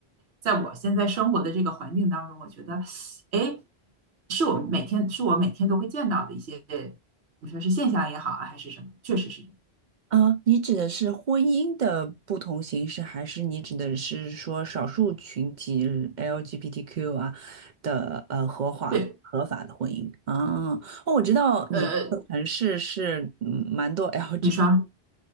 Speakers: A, on the right (about 90°); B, on the right (about 55°).
A: 在我现在生活的这个环境当中，我觉得，哎，是我们每天是我每天都会见到的一些，你说是现象也好啊，还是什么，确实是
B: 啊，你指的是婚姻的不同形式，还是你指的是说少数群体 LGBTQ 啊的呃合法合法的婚姻？
A: 对，
B: 啊，哦，我知道你的城市是嗯蛮多
A: 呃，
B: <laughs> LGBT。
A: 你说